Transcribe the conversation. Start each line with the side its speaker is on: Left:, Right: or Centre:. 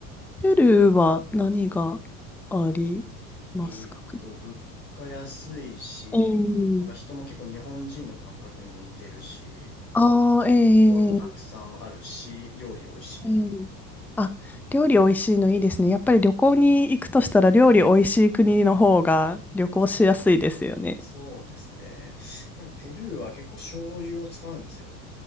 Centre: ペルーは何がありますか
Left: えーっと、物価安いし、
Centre: ええ。
Left: なんか人も結構日本人の感覚に似てるし、
Centre: ああ、え
Left: 見どころたくさんあるし、
Centre: え、
Left: 料理美味しい。
Centre: ええ。あ、料理美味しいのいいですね。やっぱり旅行に行くとしたら料理美味しい国の方が旅行しやすいですよね。
Left: そうですね。なんかペルーは結構醤油を使うんですよ。